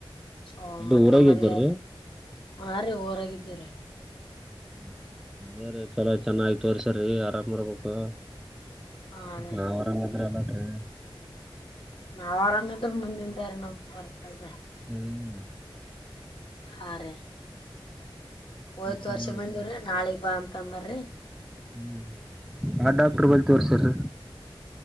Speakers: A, on the left (about 65°); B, in the centre.
A: ಸೋಂಬರಿಿಕಂಬರಿಗ
B: ಇಲ್ಲಿ ಊರಾಗ ಇದ್ದಾರ್ರಿ
A: ಹಾ ರೀ ರಾಗಿದ್ದೀರಿ
B: ಹ ಅದೇ ರೀ ಚಲೋ ಚೆನ್ನಾಗಿತವರ್ಸ್ರೀ ಆರಾಮ್ರ್ಬೇಕು
A: ಹಾ ರೀ
B: ನಾವವು ಅವರಾಮಿದ್ರೆ ಎಲ್ಲತವೆ
A: ನಾವ್ ಆರಾಮ ಆದ್ರ ಮುಂದಿಂದಾರ ನಮ ಬರ್ತಲ್
B: ಹ್ಮ್
A: ಹಾರಿ ಹೋಯತ್
B: ಮತ್ತೇನ್
A: ವರ್ಷ
B: ನಡದ್ರಿ
A: ಬಂದವ್ರೀ ನಾಳಿಗ್ ಬಾ ಅಂತಂಗರಿ
B: ಹ್ಮ್ ಆ ಡಾಕ್ಟರ್ ಬಲ್ತವರ್ ಸರ್